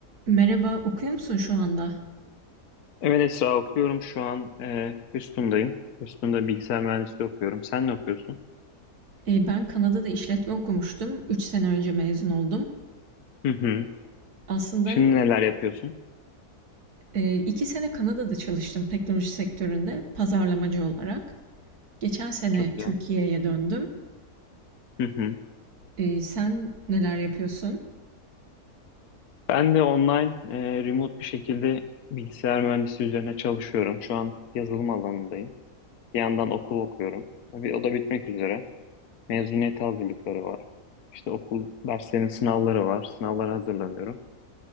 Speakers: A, on the right; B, on the left.
A: Merhaba, okuyor musun şu anda?
B: Evet Esra okuyorum şu an. E, Houston'dayım. Houston'da bilgisayar mühendisliği okuyorum. Sen ne okuyorsun?
A: Eee, ben Kanada'da işletme okumuştum. üç sene önce mezun oldum.
B: Hı hı.
A: Aslında
B: Şimdi neler yapıyorsun?
A: e, iki sene Kanada'da çalıştım teknoloji sektöründe pazarlamacı olarak. Geçen sene
B: Çok güzel.
A: Türkiye'ye döndüm.
B: Hı hı.
A: Eee, sen neler yapıyorsun?
B: Ben de online, e, remote bir şekilde bilgisayar mühendisliği üzerine çalışıyorum. Şu an yazılım alanındayım. Bir yandan okul okuyorum. Bir, o da bitmek üzere. Mezuniyet hazırlıkları var. İşte okul derslerinin sınavları var. Sınavlara hazırlanıyorum.